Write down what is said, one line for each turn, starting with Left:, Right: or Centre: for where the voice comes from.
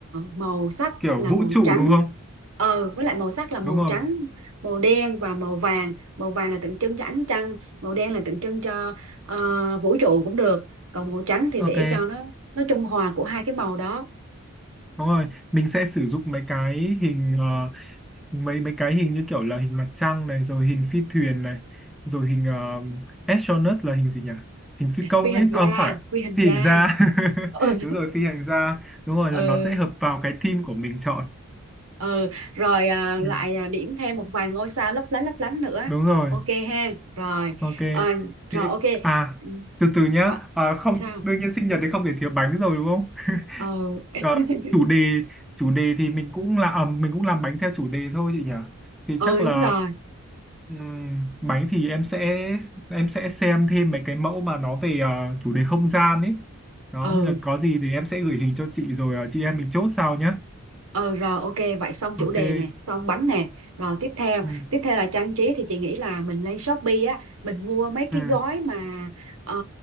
Right: màu sắc
Centre: Kiểu
Right: là
Centre: vũ
Right: màu
Centre: trụ
Right: trắng
Centre: đúng không?
Right: ờ với lại màu sắc là màu
Centre: Đúng rồi.
Right: trắng màu đen và màu vàng màu vàng là tượng trưng cho ánh trăng màu đen là tượng trưng cho ờ, vũ trụ cũng được còn màu trắng thì
Centre: Ok.
Right: để cho nó nó trung hòa của hai cái màu đó
Centre: Đúng rồi, mình sẽ sử dụng mấy cái hình ờ, mấy mấy cái hình như kiểu là hình mặt trăng này, rồi hình phi thuyền này, rồi hình uh, astronaut là hình gì nhỉ? Hình phi
Right: <laughs>
Centre: công
Right: phi hành
Centre: ấy, à,
Right: gia
Centre: không phải,
Right: phi hành
Centre: phi
Right: gia
Centre: hành gia.
Right: <laughs>
Centre: <laughs>
Right: ừ.
Centre: Đúng rồi, phi hành gia. Đúng rồi
Right: ừ
Centre: là nó sẽ hợp vào cái team của mình chọn.
Right: ừ rồi à,
Centre: Ừ,
Right: lại à, điểm thêm một vài ngôi sao lấp lánh lấp lánh nữa
Centre: đúng rồi.
Right: ok ha rồi
Centre: Ok.
Right: Ờ, rồi
Centre: Thế
Right: ok
Centre: à
Right: Ừ,
Centre: từ từ nhá.
Right: rồi,
Centre: À, không
Right: sao
Centre: đương nhiên sinh nhật thì không thể thiếu bánh rồi đúng không? <laughs>
Right: ừ <laughs>
Centre: Ờ, chủ đề chủ đề thì mình cũng là à, mình cũng làm bánh theo chủ đề thôi chị nhỉ. Thì
Right: ừ
Centre: chắc
Right: đúng
Centre: là
Right: rồi
Centre: ừm, bánh thì em sẽ em sẽ xem thêm mấy cái mẫu mà nó về ờ, chủ đề không gian ấy. Đó
Right: ừ
Centre: nên là có gì thì em sẽ gửi hình cho chị rồi ờ, chị em mình chốt sau nhá.
Right: Ừ rồi ok vậy xong
Centre: Ok.
Right: chủ đề nè xong bánh nè rồi tiếp theo
Centre: Ừ.
Right: tiếp theo là trang trí thì chị nghĩ là mình lên Shopee á mình mua mấy
Centre: Ừ.
Right: cái gói mà ờ,